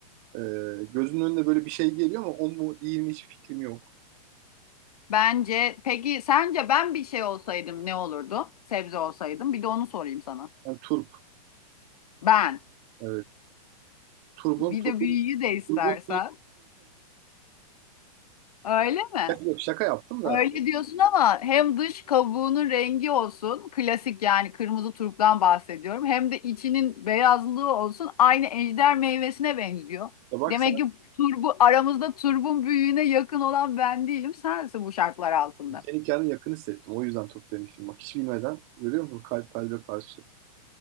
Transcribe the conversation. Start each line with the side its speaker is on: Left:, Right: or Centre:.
Right: e, gözümün önüne böyle bir şey geliyor ama o mu değil mi hiç fikrim yok.
Left: Bence peki sence ben bir şey olsaydım ne olurdu? Sebze olsaydım. Bir de onu sorayım sana.
Right: Yani turp.
Left: Ben.
Right: Evet. Turbun,
Left: Bir
Right: turbun,
Left: de büyüyü de istersen.
Right: turbun.
Left: Öyle mi?
Right: <laughs> Şaka yaptım da.
Left: Öyle diyorsun ama hem dış kabuğunun rengi olsun, klasik yani kırmızı turptan bahsediyorum. Hem de içinin beyazlığı olsun, aynı ejder meyvesine benziyor.
Right: Ya bak
Left: Demek
Right: sen
Left: ki turbu aramızda turbun büyüğüne yakın olan ben değilim, sensin bu şartlar altında.
Right: Senin hikayenin yakın hissettim. O yüzden Türk demiştim. Bak hiç bilmeden görüyor musun? Kalp kalbe karşı.